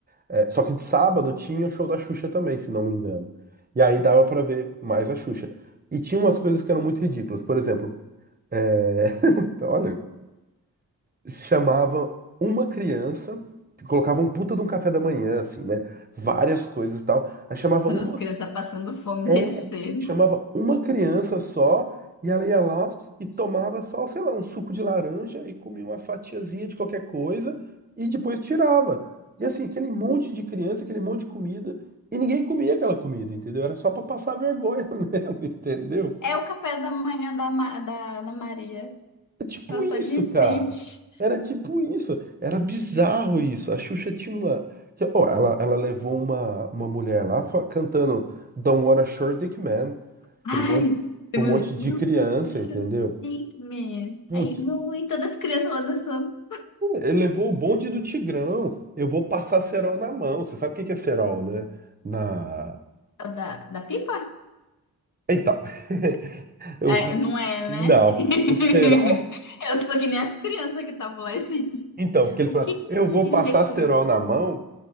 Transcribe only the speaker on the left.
As
crianças passando fome
desde cedo.
É o café da manhã da, Ma- da Ana Maria.
Ela
só de enfeite.
Ai,
demorou.
Gaúcha,
Pigman.
Aí, não, e todas as crianças lá dançando.
É o Da, da pipa?
É, não é,
né? <laughs>
Eu sou que nem as crianças que estavam lá esse dia.
O
que que
quis
dizer
com isso?